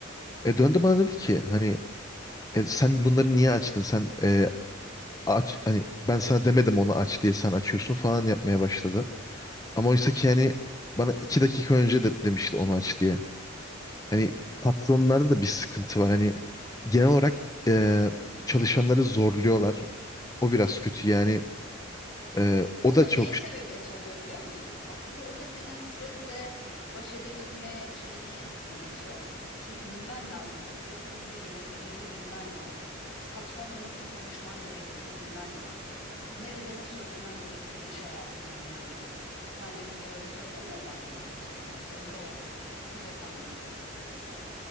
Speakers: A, on the left; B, on the left.
A: E, döndü bana dedi ki hani "E, sen bunları niye açtın? Sen e, aç hani ben sana demedim onu aç diye sen açıyorsun falan yapmaya başladı. Ama oysa
B: hı hı,
A: ki yani bana iki dakika önce de demişti onu aç diye.
B: hı
A: Hani
B: hı,
A: patronlarda da bir sıkıntı var. Hani genel olarak e, çalışanları zorluyorlar. O biraz kötü
B: hı hı.
A: yani. E,
B: O
A: o da
B: da neye
A: çok
B: sebebiyet oluyor biliyor musun? Aslında o da senin stresle baş edebilme şeyini yönetiyor. Çünkü bilmen lazım. Stresi nasıl yöneteceğini bilmen lazım. Patronla nasıl konuşman gerektiğini bilmen lazım. Nerede ne söylemen gerektiğini iş hayatında bilmen lazım. Sence bize öyle söylemiyorlar mıydı patronlar? Söylüyorlardı. Tabii efendim diyorduk biz.